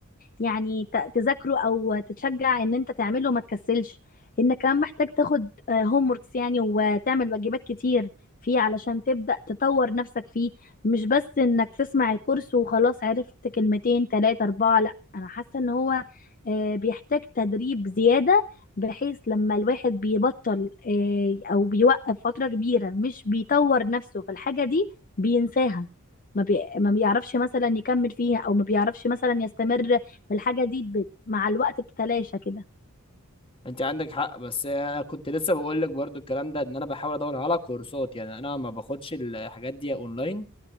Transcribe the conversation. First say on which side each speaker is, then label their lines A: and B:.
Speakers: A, on the left; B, on the left.
A: يعني ت- تذاكره او تتشجع ان انت تعمله ما تكسلش انك كمان محتاج تاخد هوم وركس يعني وتعمل واجبات كتير فيه علشان تبدأ تطور نفسك فيه مش بس انك تسمع الكورس وخلاص عرفت كلمتين تلاتة اربعة لا انا حاسة ان هو آه، بيحتاج تدريب زيادة بحيث لما الواحد بيبطل آه، او بيوقف فترة كبيرة مش بيطور نفسه في الحاجة دي بينساها ما بي... ما بيعرفش مثلا يكمل فيها او ما بيعرفش مثلا يستمر في الحاجة دي بت... مع الوقت بتتلاشى كده
B: انت عندك حق بس انا كنت لسه بقول لك برضو الكلام ده ان انا بحاول ادور على كورسات يعني انا ما باخدش الحاجات دي اونلاين